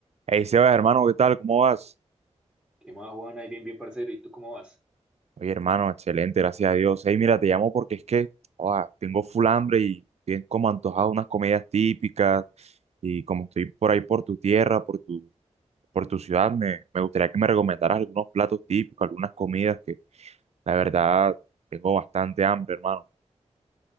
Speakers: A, on the right; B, in the centre.
A: Hey Sebas, hermano, ¿qué tal? ¿Cómo vas?
B: ¿Qué más, Juan? Ahí bien, bien, parcero. ¿Y tú cómo vas?
A: Oye, hermano, excelente, gracias a Dios. Hey, mira, te llamo porque es que ah, tengo full hambre y estoy como antojado de unas comidas típicas y como estoy por ahí por tu tierra, por tu, por tu ciudad, me, me gustaría que me recomendaras algunos platos típicos, algunas comidas que la verdad tengo bastante hambre, hermano.